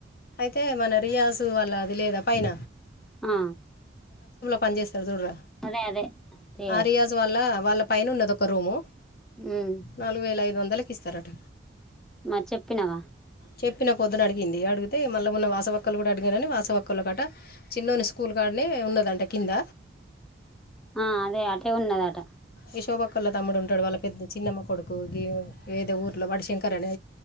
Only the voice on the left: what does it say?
అయితే మన రియాజు వాళ్ళ అది లేదా పైన
పన్ జెస్తాద్ సూడ్రా.
ఆ రియాజు వాళ్ళ పైనునాధ్ ఒక్ కో రూము
నాలుగు వేల ఐదు వందలకి ఇస్తారట.
చెప్పిన పొద్దున అడిగింది. అడిగితే మళ్ళీ ఉన్న వాసవక్కలు కూడా అడిగానని వాసవ ఒక్కలు అట చిన్నోన్ని స్కూల్. గాడనే ఉన్నదంట కింద.
ఈ శోభ అక్కోలా తమ్ముడు ఉంటాడు. వాళ్ళ పెద్ద చిన్నమ్మ కొడుకు గివ్ ఏదో ఊర్లో వాడు శంకర్ అని